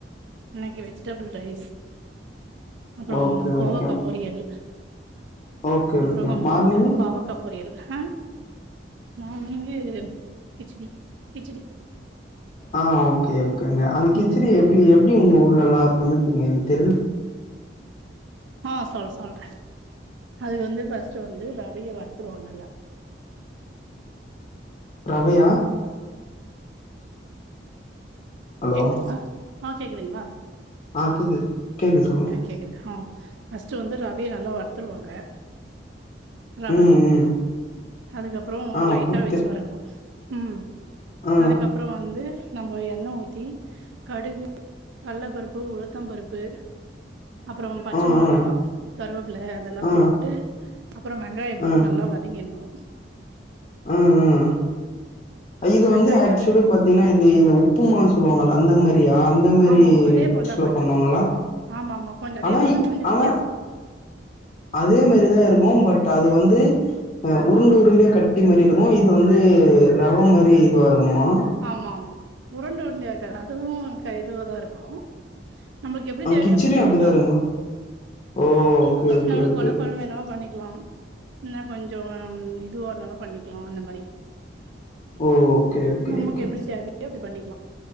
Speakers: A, on the right; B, on the left.
A: இன்னைக்கு வெஜிடபிள் ரைஸ் அப்புறம்
B: ஓகே
A: கோவக்கா
B: ஓகே
A: பொரியல்
B: ஓகே
A: அப்பறம்
B: ஓகே மார்னிங்கு
A: பாவக்காப் பொரியல் ஆ மார்னிங்கு கிச்சடி கிச்சடி
B: ஆ ஓகே ஓகேங்க அந்த கிச்சரி
A: ம்
B: எப்டி எப்டி உங்க ஊர்ல எல்லா சமைப்பீங்க எனக்கு தெர்ல
A: ஆ சொல் சொல்ற அது வந்து ஃபர்ஸ்ட் வந்து ரவய வருத்துருவாங்க நல்லா
B: ரவையா ஹலோ
A: கேக்குதுங்களா ஆ கேக்குதுங்களா
B: ஆ கேக்குது கேக்குது சொல்லுங்க
A: கேக்குதா ஃபர்ஸ்ட் வந்து ரவய நல்லா வருத்துருவாங்க ரவ
B: ம் ம்
A: அதுக்கப்புறோ
B: ஆ
A: லைட்டா
B: புட்டு
A: வச்சு வரக்கணு ம்
B: ஆ
A: அதுக்கப்புறோ வந்து நம்ப எண்ணெ ஊத் தி கடுகு கள்ளப்பருப்பு உளுத்தம் பருப்பு அப்புறோ பச்ச
B: ஆ ஆ
A: மொளகா கருவேப்பில அதெல்லா
B: ஆ ஆ
A: போட்டு அப்பொற வெங்காய
B: ஆ
A: போட்டு நல்லா வதங்கிடணு
B: ம் ம் இது
A: வெங்காயோ
B: வந்து ஆக்சுவுலி
A: நல்
B: பாத் தின்னா இது இந்த உப்புமான்னு சொல்லுவாங்கல்ல அந்த மேரி அப்படியா அந்த மாரி
A: ஆமா ஆமா அதே போலதா
B: சேர்வ்
A: கொஞ்சோ
B: பண்ணுவாங்களா
A: ஆமா ஆமா கொஞ்சோ அதே
B: ஆனா
A: போலதா
B: இத்
A: கொஞ்சோ வித்தியாசோ
B: ஆனா அதே மாரிதா இருக்கும் பட் அது வந்து அ உருண்ட உருண்டியா கட்டி மாரி இருக்கு இது வந்து ரவ மாரி இதுவாருக்குமா
A: ஆமா ஆமா உருண்ட உரண்டயா இருக்காது அதுவு க இதுவாதா இருக்கு நம்மளுக்கு எப்டி
B: ஆ
A: தேவையோ
B: கிச்சடியு
A: அப்டி செஞ்சுக்கலா
B: அப்டிதா இருக்குமா ஓ ஓகே ஓகே
A: நம்மளுக்கு
B: ஓகே
A: கொல கொலன்னு வேணாலு பண்ணிக்கலா இன்ன கொஞ்சம் இதுவாருனாலு பண்ணிக்கலா அந்த மாரி
B: ஓ ஓகே ஓகே
A: நமக்கு
B: ஓகே
A: எப்டி தேவையோ அப்டி பண்ணிக்கலா